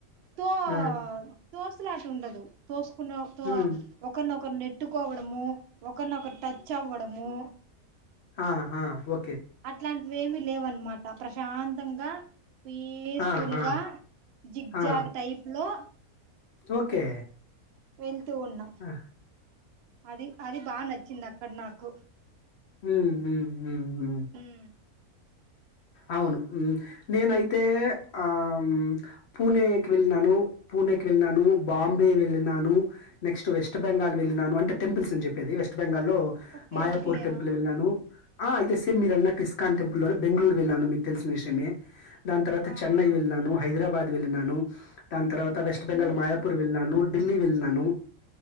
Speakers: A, on the right; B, on the left.
A: తో
B: ఆ!
A: తోసులాట ఉండదు తోస్ కునోల్తో
B: హ్మ్.
A: ఒకరినొకరు నెట్టుకోవడము ఒకరినోకరు టచ్ అవ్వడము
B: ఆా ఒ
A: అట్లాం వేమి లేవన్నమాట ప్రశాంతంగా పీస్ఫుల్
B: ఆ! ఆ!
A: గా జిగ్
B: ఆ!
A: జాగ్ టైప్ లో
B: ఓకే
A: వెల్ ఉన్నాం
B: ఆ!
A: అది అది బాగా నచ్చింది అక్కడ నాకు గ
B: హు హు హు
A: ఉమ్
B: అవును నేనైతే
A: ఆ
B: ఆ పూణెకి వెళ్ళాను పూణెకి వెళ్ళినను బాంబే వెళ్ళినను నెక్స్ట్ వెస్ట్ బెంగాల్ వెళ్ళినను అంటే టెంపుల్స్ నిన్ చెప్పేది వెస్ట్ బెంగాల్ లో
A: ఓకే
B: మాయాపూర్
A: ఓకే
B: టెంపుల్
A: ఆ
B: వెళ్ళను ఆ అయితే సేమ్ మీరున్నట్టు ఇస్కాన్ టెంపుల్ లోని బెంగళూరు వెళ్ళాను మీకు తెలిసిన విషయమే దాని తర్వాత
A: ఆ
B: చెన్నై
A: ఆ
B: వెళ్ళినాను హైదరాబాద్ వేళ్లినాను దాని తర్వాత వెస్ట్ బెంగాల్
A: అన్ని
B: మాయాపూర్ వెళ్న్నాను ఢిల్లి వెళ్ నను